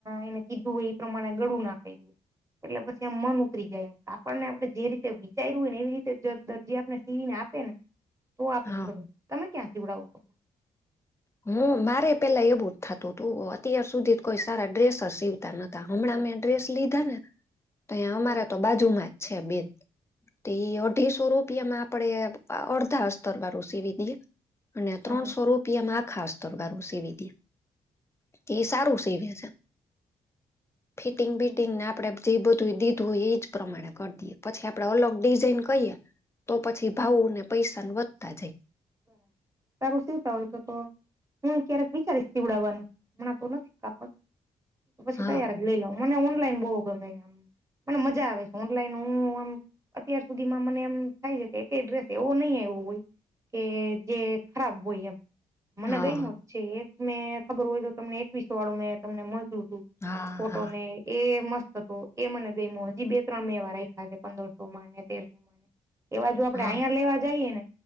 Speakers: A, on the right (about 20°); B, on the left (about 15°).
A: એને કીધુંય એ પ્રમાણે ગળું નાખે એટલે પછી આમ મન ઉતરી જાય આપણને આપણે જે રીતે વિચાર્યું હોય ને એવી રીતે દરજી આપણ ને સીવી ને આપે ને તો આપને
B: હા
A: ગમે તમે ક્યાં સીવડાવો કપડા
B: હું મારે પેલા એવું જ થતું હતું અત્યાર સુધી જ કોઈ સારા ડ્રેસ સીવતા નથી હમણાં મેં ડ્રેસ લીધા ને તો અમારા
A: બરાબર
B: તો બાજુમાં જ છે બેન તો એ અઢીસો રૂપિયા માં આપડે અડધા અસ્તર વાળું સીવી દઈએ. અને ત્રણસો
A: હ
B: રૂપિયામાં આખા અસ્તર વાળું સીવી દે. એ સારું સીવે છે. ફિટિંગ
A: હ
B: બિટિંગ ને આપડે જે બધું દીધું હોય, એજ પ્રમાણે કરી દઈએ, પછી આપડે અલગ ડિઝઇન કહીએ. તો પછી ભાવુંને પૈસા વધતા જાય.
A: બ સારું સીવતા હોય, તો તો‌. હું ક્યારેક વિચારીશ પીવડાવવાનું, હમણાં તો નથી, કાપડ પછી
B: હા
A: તૈયાર જ લઈ લાવ. મને ઓનલાઈન બહુ ગમે, આમ મને મજા આવે છે, ઓનલાઈન હું આમ. અત્યાર સુધી માં મને એમ થાય છે કે, એક ડ્રેસ એવો નહીં આવો હોય. કે જે ખરાબ હોય, એમ મને
B: હા
A: ગઈ. એક મેં ખબર હોય તો, તમને એકવીસો વાળું મેં. તમને મળતું હતું,
B: હા
A: ફોટો
B: હા
A: ને એ મસ્ત. તો એ મને ગઈ, હજી બે મ-ત્રણ મે એવા રાખ્યા છે, પંદરસો માં તેરસો માં. ને. એવા જો આપડે
B: હા
A: અહીંયા લેવા જઈએ ને,